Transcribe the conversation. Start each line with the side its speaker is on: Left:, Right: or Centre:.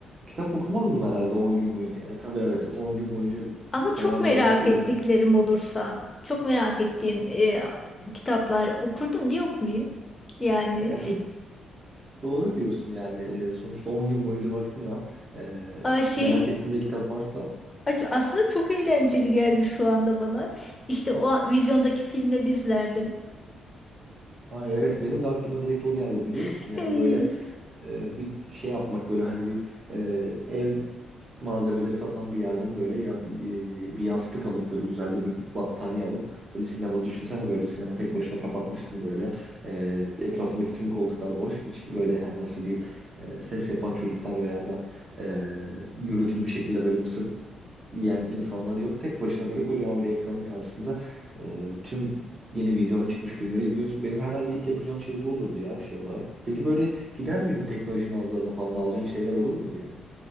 Right: kitap okumalıydım herhalde 10 gün boyunca. Yani tabii evet 10 gün boyunca
Left: ama
Right: muhtemelen
Left: çok merak
Right: canım sıkılırdı.
Left: ettiklerim olursa çok merak ettiğim e, kitaplar okurdum diye okumayayım yani
Right: Gerçi Doğru diyorsun yani Ee, sonuçta 10 gün boyunca vaktin var. Ee,
Left: a, şey
Right: merak ettiğinde kitap varsa.
Left: a- aslında çok eğlenceli geldi şu anda bana işte o a- vizyondaki filmleri izlerdim
Right: Ay evet benim de aklıma direkt o geldi biliyor musun?
Left: <laughs>
Right: Yani böyle e, bir şey yapmak böyle hani bir e, ev malzemeleri satan bir yerden böyle ya- e, bir yastık alıp böyle güzel de bir battaniye alıp böyle sinema düşünsene böyle sinema tek başına kapatmışsın böyle E, etrafındaki tüm koltuklar boş hiç böyle hani nasıl diyeyim e, ses yapan çocuklar veya da e, gürültülü bir şekilde böyle mısır yiyen insanlar yok. Tek başına böyle kocaman bir ekranın karşısında e, tüm yeni vizyona çıkmış filmleri izliyorsun. Benim herhalde ilk yapacağım şey bu olurdu ya şey olarak. Peki böyle gider miydin teknoloji mağazalarına falan alacağın şeyler olur muydu yani?